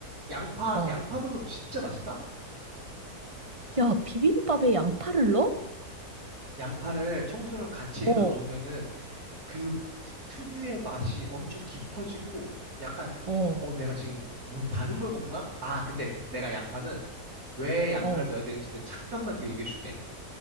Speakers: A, on the right (about 70°); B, on the right (about 25°).
A: 양파,
B: 어.
A: 양파도 진짜 맛있다?
B: 야, 비빔밥에 양파를 넣어?
A: 양파를 청소랑 같이 해서
B: 어,
A: 넣으면은 그 트- 특유의 맛이 엄청 깊어지고 약간
B: 어, 어,
A: 어 내가 지금 뭐 다른 걸 먹나? 아 근데 내가 양파는 왜 양파를
B: 어.
A: 넣어야 되는지는 잠깐만 뒤에 얘기해 줄게.